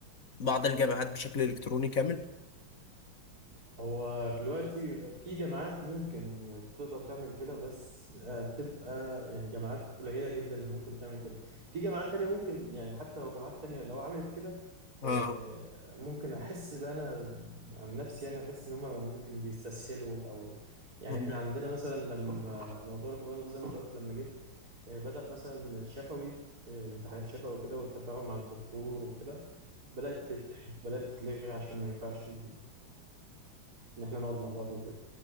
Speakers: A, on the left (about 45°); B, on the right (about 45°).
A: بعض الجامعات بشكل الكتروني كامل؟
B: هو دلوقتي في جامعات ممكن تقدر تعمل كده بس آه، تبقى يعني جامعات قليلة جدا اللي ممكن تعمل كده في جامعات تانية ممكن يعني حتى لو جامعات تانية لو عملت كده
A: اه
B: آه، ممكن أحس بقى أنا عن نفسي يعني بحس إن هما ممكن بيستسهلوا أو يعني
A: امم
B: إحنا عندنا مثلا لما موضوع الكورونا زي ما أنت قلت لما جه آه، بدأ مثلا الشفوي آه، امتحانات شفوي وكده والتفاعل مع الدكتور وكده بدأت تتلغي بدأت تتلغي عشان ما ينفعش ان احنا نقعد مع بعض وكده